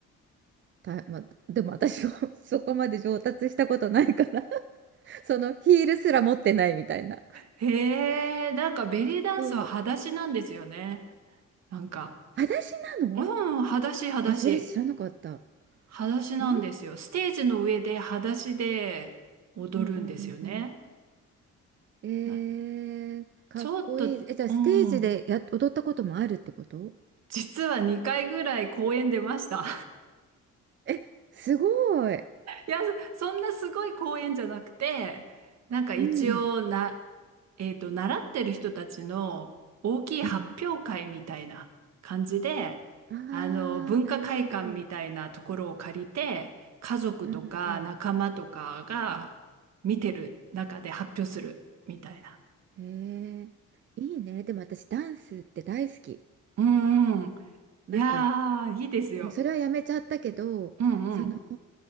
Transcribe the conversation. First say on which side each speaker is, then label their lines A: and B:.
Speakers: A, on the right (about 40°); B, on the right (about 60°).
A: た、<laughs> まあ、でも私も <laughs> そこまで上達したことないから <laughs> そのヒールすら持ってないみたいな。
B: へえ、なんかベリーダンスは裸足なんですよね。
A: そう。
B: なんか。
A: 裸足なの
B: うん、裸足、裸足。
A: あ、それ知らなかった。
B: 裸足なんですよ。
A: えー、
B: ステージの上で裸足で踊るんですよね。
A: うんうんうんうん。えー、
B: な
A: かっこいい。
B: ちょっと、
A: え、じゃあステージでや、
B: うん。
A: 踊ったこともあるってこと
B: 実は2回ぐらい公演出ました。
A: え、すごい。
B: いや、そそんなすごい公演じゃなくて、なんか一応な、
A: うん。
B: えっと、習ってる人たちの大きい発表会みたいな感じで、
A: うん。ああなるほど。
B: あの、文化会館みたいなところを借りて、家族とか仲間とかが見てる中で発表するみたいな。
A: うんうんうん。うん。へえいいね。でも私ダンスって大好き。
B: うんうん。
A: なんか
B: いやー、いいですよ。
A: それはやめちゃったけどその
B: うんうん。